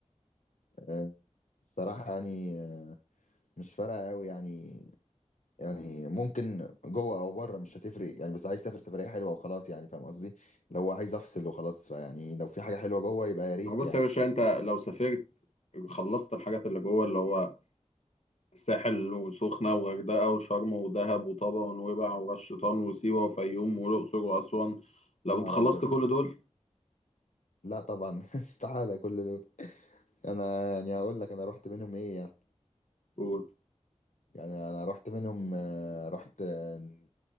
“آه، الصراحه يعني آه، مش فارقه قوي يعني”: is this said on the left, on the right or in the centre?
Left